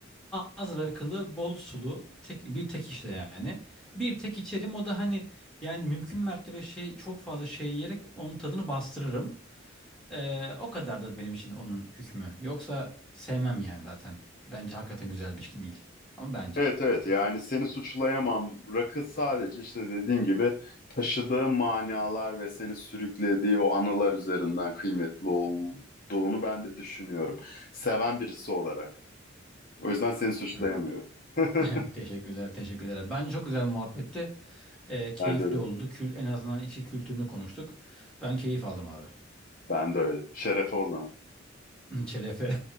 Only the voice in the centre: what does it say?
az rakılı bol sulu tek, bir tek işte yani. Bir tek içerim o da hani yani mümkün mertebe şey çok fazla şey yiyerek onun tadını bastırırım. Ee, o kadardır benim için onun hükmü. Yoksa sevmem yani zaten. Bence hakikaten güzel bir ilişki değil. Ama bence
tabii
ki.
Hmm. <laughs>
Teşekkürler, teşekkürler. Bence çok güzel muhabbetti. Ee, keyifli
oldu. Kül, en azından içi kültürünü konuştuk. Ben keyif aldım abi.
<laughs> Şerefe,